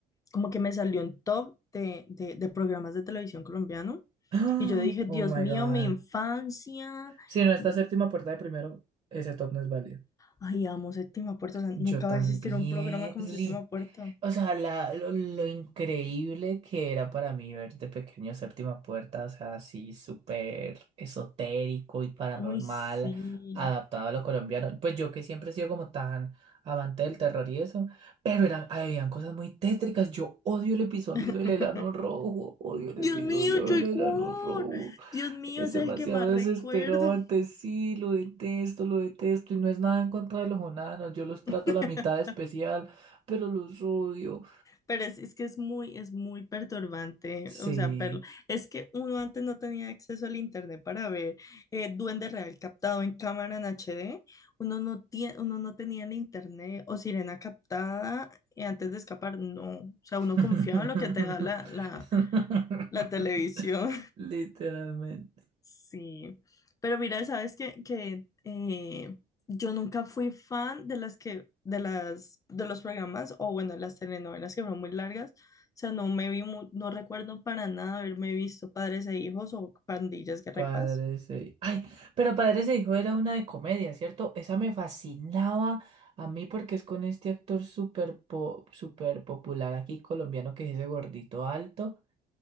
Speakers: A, on the left (about 20°); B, on the right (about 40°).
A: como que me salió un top de, de, de programas de televisión colombiano.
B: Ah,
A: Y yo dije, Dios
B: Oh my
A: mío,
B: God.
A: mi infancia.
B: Si no, esta
A: mm,
B: séptima puerta de primero, ese top no es válido.
A: Ay, amo Séptima Puerta. O sea,
B: Yo
A: nunca
B: también,
A: va a existir un programa como
B: lit-
A: Séptima Puerta.
B: o sea, la, lo, lo increíble que era para mí ver de pequeño Séptima Puerta, o sea, así súper esotérico y paranormal,
A: Uy, sí.
B: adaptado a lo colombiano. Pues yo que siempre he sido como tan avante del terror y eso, pero eran, habían cosas muy tétricas. Yo odio el episodio
A: <laughs>
B: del enano rojo, odio el
A: Dios
B: episodio
A: mío, Choy
B: del enano
A: Cuor.
B: rojo.
A: Dios mío,
B: Es
A: es
B: demasiado
A: el que más
B: desesperante,
A: recuerdo.
B: sí, lo detesto, lo detesto y no es nada en contra de los onanos, yo los trato
A: <laughs>
B: la mitad de especial, pero los odio.
A: Pero es, es que es muy, es muy perturbante,
B: Sí.
A: o sea, verlo. Es que uno antes no tenía acceso al internet para ver eh, Duende Real captado en cámara en HD, uno no tie- uno no tenía el internet o sirena captada eh, antes de escapar, no. O sea,
B: <laughs>
A: uno confiaba en lo que te da la, la, la televisión.
B: Literalmente.
A: Sí, pero mira, sabes que, que eh, yo nunca fui fan de las que, de las, de los programas, o bueno, las telenovelas que fueron muy largas. O sea, no me vi, mu- no recuerdo para nada haberme visto Padres e Hijos o Pandillas, Guerra
B: padres
A: y Paz.
B: ese hijo. Ay, pero padres ese hijo era una de comedia, ¿cierto? Esa me fascinaba a mí porque es con este actor súper po- súper popular aquí colombiano que es ese gordito alto.